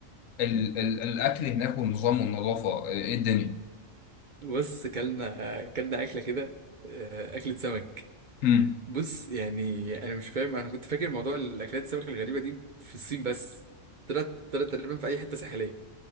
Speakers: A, on the left; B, on the right.
A: ال... ال... الاكل هناك والنظام والنظافة ايه الدنيا
B: بص كلنا كلنا أكلة كده آه، أكلة سمك
A: مم.
B: بص يعني انا مش فاهم انا كنت فاكر موضوع الاكلات السمك الغريبه دي في الصين بس طلعت طلعت تقريبا في اي حته ساحليه